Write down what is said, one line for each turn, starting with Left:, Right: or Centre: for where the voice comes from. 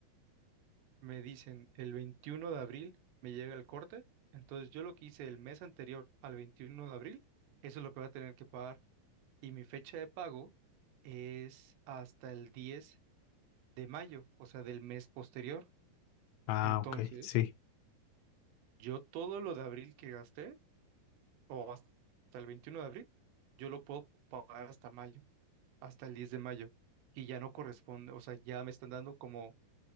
Right: me dicen el 21 de abril me llega el corte, entonces yo lo que hice el mes anterior al 21 de abril, eso es lo que voy a tener que pagar. Y mi fecha de pago es hasta el diez de mayo, o sea, del mes posterior.
Left: Ah,
Right: Entonces,
Left: ok, sí.
Right: yo todo lo de abril que gasté, o hasta hasta el 21 de abril, yo lo puedo pagar hasta mayo. hasta el 10 de mayo, que ya no corresponde, o sea, ya me están dando como